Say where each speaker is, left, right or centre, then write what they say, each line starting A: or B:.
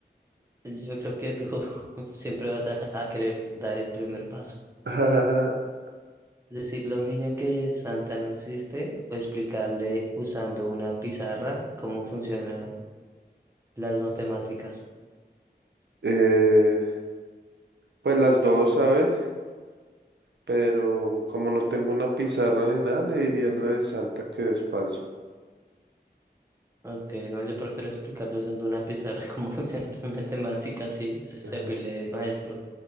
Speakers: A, on the right; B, on the right.
A: Yo creo que tú <laughs> siempre vas a, a querer s- dar el primer paso.
B: Ajá. <laughs>
A: Decirle a un niño que Santa no existe o explicarle usando una pizarra cómo funcionan las matemáticas.
B: Eh, pues las dos, ¿sabes? pero como no tengo una pizarra ni nada, le diría lo de Santa que es falso.
A: Ok, no, yo prefiero explicarlo usando una pizarra <laughs> cómo funciona la matemática, así se- servirle
B: Ajá.
A: de maestro,